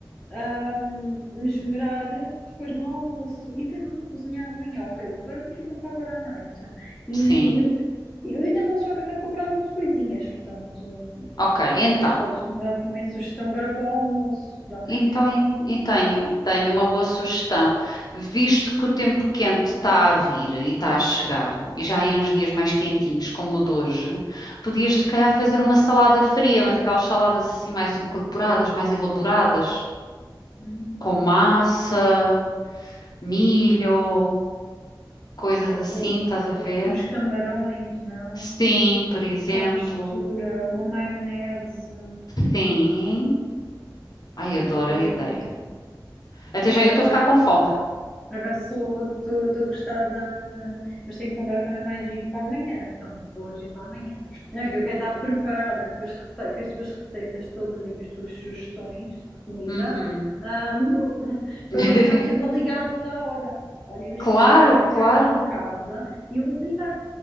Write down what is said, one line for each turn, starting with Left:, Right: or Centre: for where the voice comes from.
Centre: ahm, me depois no almoço. E o que é que eu vou cozinhar amanhã? Ok, o frango fica para agora à noite. E,
Left: Sim.
Centre: e o- eu ainda vou ao supermercado comprar algumas coisinhas, portanto,
Left: Ok, então.
Centre: podes, podes me dar também sugestão agora para o almoço da manhã.
Left: Então, e, e tenho, tenho uma boa sugestão. Visto que o tempo quente está a vir e está a chegar, e já em uns dias mais quentinhos, como o de hoje, podias,
Centre: Sim.
Left: se calhar, fazer uma salada fria, mas aquelas saladas assim mais incorporadas, mais elaboradas,
Centre: Hum,
Left: com massa,
Centre: ok,
Left: milho, coisas
Centre: já estou
Left: assim,
Centre: a
Left: estás a ver?
Centre: perceber que uns camarões, não?
Left: Sim, por exemplo.
Centre: Se há mistura, uma maionese,
Left: Sim. Ai,
Centre: dá
Left: adoro
Centre: qualquer
Left: a
Centre: coisa.
Left: ideia.
Centre: de-
Left: Até
Centre: Não,
Left: já
Centre: por
Left: eu
Centre: acaso.
Left: estou a ficar com fome.
Centre: Por acaso estou gostada, hum, mas tenho que comprar também mais vinho para amanhã, então para hoje e para amanhã. Não é que eu quero estar preparada com as receitas, com as tuas receitas todas e com as tuas sugestões de comida,
Left: Uhum.
Centre: hum, <laughs>
Left: <laughs>
Centre: para não estar sempre a ligar a toda a hora. Olha, imagina
Left: Claro,
Centre: a rapariga
Left: claro.
Centre: aqui em casa e eu vou ligar.